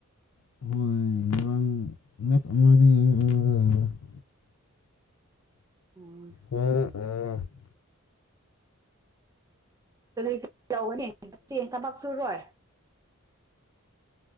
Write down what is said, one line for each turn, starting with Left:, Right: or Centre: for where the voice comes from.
Left: <inaudible> <unintelligible>
Right: <unintelligible>
Left: <unintelligible>
Right: <unintelligible> ꯊꯕꯛ ꯁꯨꯔꯣꯏ